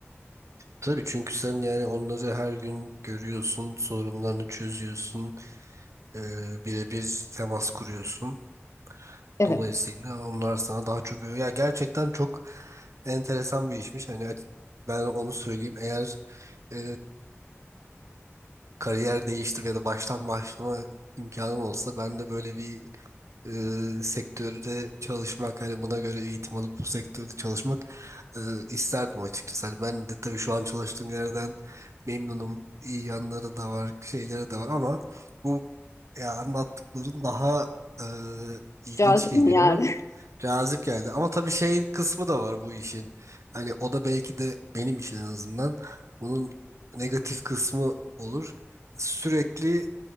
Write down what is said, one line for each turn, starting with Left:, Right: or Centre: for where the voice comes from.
Right: Tabii çünkü sen yani onları her gün görüyorsun, sorunlarını çözüyorsun, e, birebir temas kuruyorsun.
Left: Evet,
Right: Dolayısıyla onlar sana daha çok ya gerçekten çok enteresan bir işmiş. Hani aç- ben onu söyleyeyim eğer e, kariyer değiştirme ya da baştan başlama imkanım olsa ben de böyle bir e, sektörde çalışmak hani buna göre eğitim alıp bu sektörde çalışmak e, isterdim açıkçası. Hani ben de tabii şu an çalıştığım yerden memnunum. İyi yanları da var, şeyleri de var ama bu ya anlattıkların daha e, ilginç
Left: cazip
Right: geliyor.
Left: bir yer.
Right: Cazip geldi. Ama tabii şey kısmı da var bu işin. Hani o da belki de benim için en azından bunun negatif kısmı olur. Sürekli